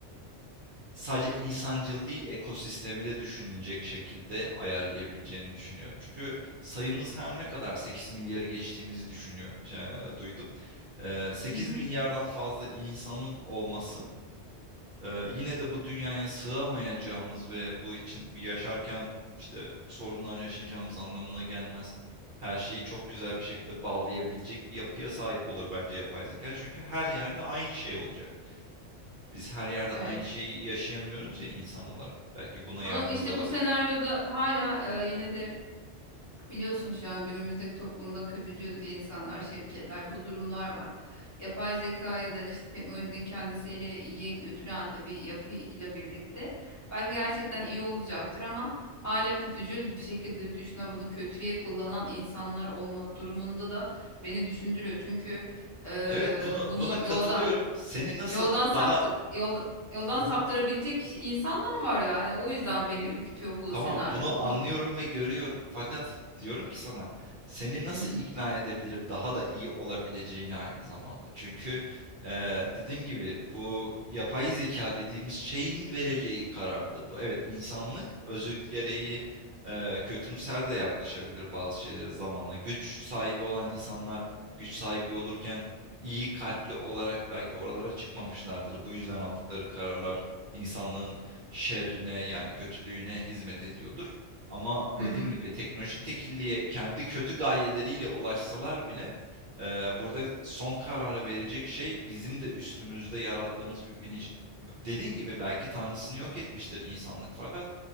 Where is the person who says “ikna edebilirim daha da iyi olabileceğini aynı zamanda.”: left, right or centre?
Right